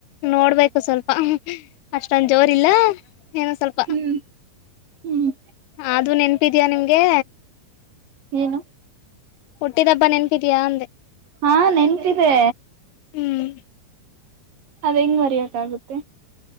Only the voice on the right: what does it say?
ಹ್ಮ್ ಹ್ಮ್
ಏನು
ಹಾ ನೆನ್ಂತಿದೆ
ಅದ್ ಹೆಂಗ್ ಬರಿಯಕ್ಕಾಗುತ್ತೆ